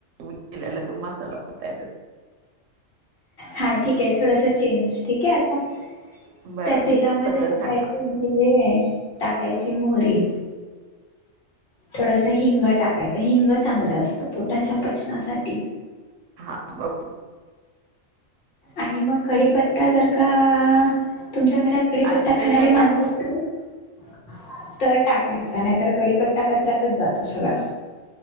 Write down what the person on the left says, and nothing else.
हा ठीक आहे थोडासा चेंज ठीक आहे आता.
त्या तेलामध्ये
टाकायचे
जर, टाकायची मोहरी. थोडस हिंग टाकायचं हिंग चांगलं असतं पोटाच्या पचनासाठी.
आणि मग कडीपत्ता जर का तुमच्या घरात कढीपत्ता
खाणारे
माणस आहेत. <inaudible> तर टाकायचा नाहीतर कडीपत्ता कचऱ्यातच जातो सगळा.